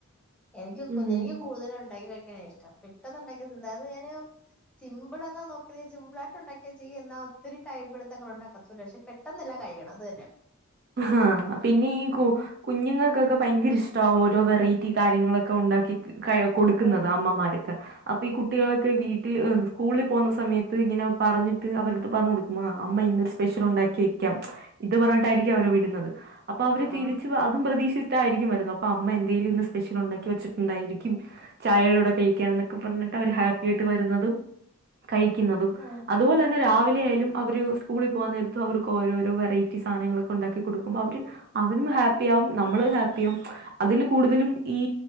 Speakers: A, in the centre; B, on the right (about 45°).
A: എനിക്കും കുഞ്ഞെനിക്കും
B: ഉം
A: കൂടുതലും ഒണ്ടാക്കി കഴിക്കാനാ ഇഷ്ടം പെട്ടന്നൊണ്ടാക്കിയ തിന്ന അത് ഞാന് സിമ്പ്ളാന്ന നോക്കിയേന്ന് വെച്ച് സിമ്പിളായിട്ട്ണ്ടാക്കിയാ ചെയ്യും എന്നാ ഒത്തിരി ടൈ മെടുത്തങ്ങ്ണ്ടാക്കത്തുല്ലാ പക്ഷെ പെ- ട്ടെന്നല്ലാ കയ്യണം അതന്നെ
B: ആ പിന്നെ ഈ കു കുഞ്ഞുങ്ങക്കൊക്കെ ഭയങ്കര ഇഷ്ട്ടാ ഓരോ വെറൈറ്റി കാര്യങ്ങളൊക്കെ ഒണ്ടാക്കി കയ കൊടുക്കുന്നത്
A: ആഹ്
B: അമ്മമാരക്കെ പ്പെ ഈ കുട്ടികളൊക്കെ വീട്ടില് സ്കൂളില് പോന്ന സമയത്ത് ഇങ്ങനെ പറഞ്ഞിട്ട് അവര്ടത്ത് പറഞൊടുക്കുമാ അമ്മ ഇന്നൊരു സ്പെഷ്യൽ ഒണ്ടാക്കി വെക്കാം ഇത് പറഞ്ഞിട്ടായ്രിക്കും അവരെ വിടുന്നത് അപ്പൊ അവര് തിരിച്
A: ആണോ
B: അതും പ്രതീക്ഷിച്ചിട്ടായ്രിക്കും വരുന്നത്. അപ്പൊ അമ്മ എന്തേലും ഇന്ന് സ്പെഷ്യലൊണ്ടാക്കി വെച്ചിട്ടൊണ്ടായ്രിക്കും ചായയുടെ കൂടെ കഴിക്കാന്നൊക്കെ പറഞ്ഞിട്ടവര് ഹാപ്പി ആയിട്ട് വര്ന്നതും കഴിക്കുന്നതും
A: ഉം
B: അതുപോലെ- ന്ന രാവിലെ ആയാലും അവര് സ്കൂളിൽ പോവാ നേരത്തും അവർക്കോരോരോ വെറൈറ്റീ സാന- നൊണ്ടാക്കി കൊടുക്കുമ്പോ അവര് അവരും ഹാപ്- പ്പിയാവും നമ്മളും ഹാപ്പിയാവും അതില് കൂടുതലും ഈ